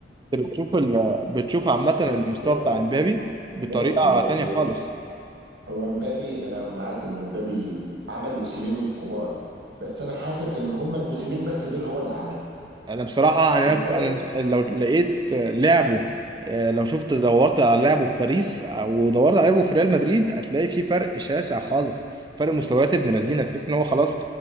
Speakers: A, on the right; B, on the right.
A: بتشوف ال... بتشوف عامه
B: بص
A: المستوى
B: كده
A: بتاع مبابي بطريقه
B: ماشي ماشي
A: تانيه
B: هو
A: خالص
B: هو مبابي انا معاك ان مبابي عمل موسمين كبار بس انا حاسس ان هم الموسمين بس دول هو اللي
A: انا بصراحه يعني
B: عملهم
A: انا أنا لو لقيت لعبه آه، لو شفت دورت على لعبه في باريس ودورت على لعبه في ريال مدريد هتلاقي في فرق شاسع خالص فرق مستويات ابن
B: آه.
A: لذينه تحس ان هو خلاص